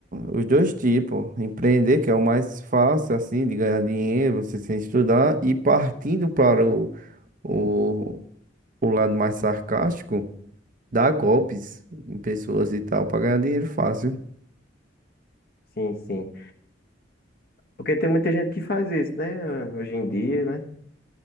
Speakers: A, on the right; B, on the left.
A: os dois tipos. Empreender, que é o mais fácil, assim, de ganhar dinheiro, você sem estudar, e partindo para o, o, o lado mais sarcástico, dar golpes em pessoas e tal, para ganhar dinheiro fácil.
B: Sim, sim. Porque tem muita gente que faz isso, né? Hoje em dia, né?